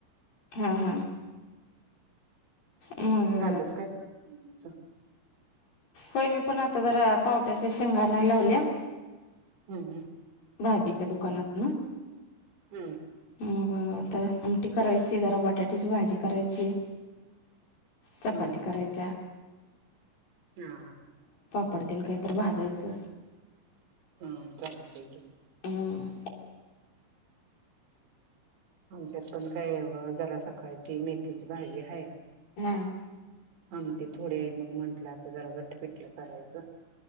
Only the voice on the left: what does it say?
हा.. हा.. मग
होय मी पण आता जरा पावड्याच्या शेंगा आणायला लावल्या.
भाजीचा दुकानातन.
मग आता आमटी करायची. जरा बटाट्याची भाजी करायची. चपाती
करायच्या.
पटकीन काहीतर भाजायचं.
ह्म्म्म.
हा.